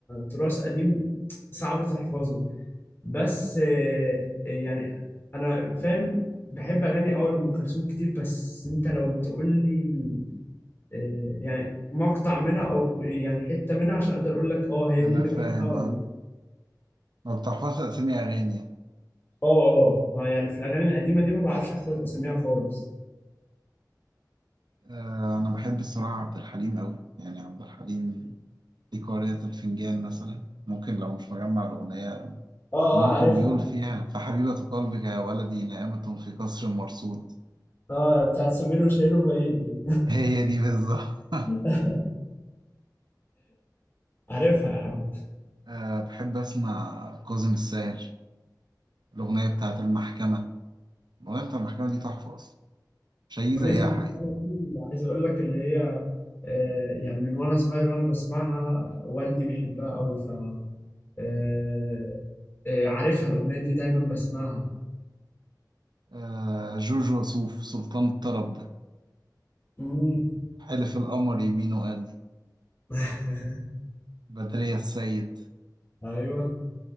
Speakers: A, on the left (about 30°); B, on the right (about 75°).
A: تراث قديم صعب تحفظه بس آه، آه، يعني انا فاهم بحب اغاني اول ام كلثوم كتير بس انت لو تقول لي آه، يعني مقطع منها او ك- يعني حته منها عشان اقدر اقول لك اه هي
B: انا
A: دي اللي
B: فاهم
A: بحبها ولا
B: اه ما بتحفظش أسامي أغاني يعني
A: اه اه ما يعني في الاغاني القديمه دي ما بعرفش احفظ اساميها خالص
B: آه أنا بحب الصراحة عبد الحليم أوي يعني عبد الحليم في قارئة الفنجان مثلا ممكن لو مش مجمع الأغنية الأغنية
A: اه اه
B: اللي
A: عارفها
B: كان بيقول فيها فحبيبة قلبك يا ولدي نائمة في قصر مرصود
A: اه بتاعت سمير وشهير وبهير دي
B: <laughs> هي دي بالظبط
A: <laughs> عارفها يا عم
B: <laughs> آه بحب أسمع كاظم الساهر الأغنية بتاعت المحكمة الأغنية بتاعت المحكمة دي تحفة أصلا مش هيجي
A: أغنية
B: زيها
A: المحكمة
B: حقيقي
A: دي عايز أقول لك اللي هي آه، يعني من وأنا صغير وأنا بسمعها والدي بيحبها أوي ف آه، آه، عارفها الأغنية دي دايما بسمعها
B: آه جورج وسوف سلطان الطرب ده
A: مم.
B: حلف القمر يمينه قال لي
A: <laughs>
B: بدرية السيد
A: ايوه